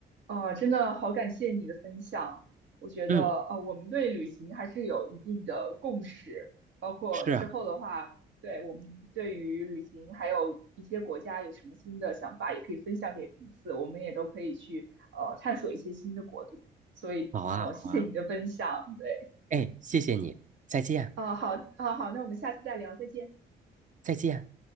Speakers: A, on the right (about 65°); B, on the right (about 40°).
A: 啊，真的好感谢你的分享。我觉得，
B: 嗯，
A: 呃，我们对旅行还是有一定的共识，包括之后的话，
B: 是啊，
A: 对我们对于旅行还有一些国家有什么新的想法，也可以分享给彼此，我们也都可以去呃探索一些新的国度。所以，
B: 好啊，
A: 呃，谢谢你的分享，
B: 好啊，
A: 对。
B: 哎，谢谢你，再见，
A: 哦，好，哦，好，那我们下次再聊，再见。
B: 再见。